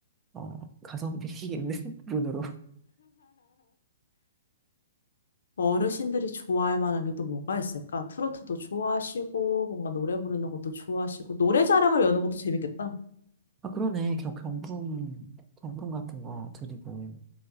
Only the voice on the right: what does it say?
어, 가성비 <laughs> 있는 분으로.
아, 그러네. 경, 경품, 경품 같은 거 드리고.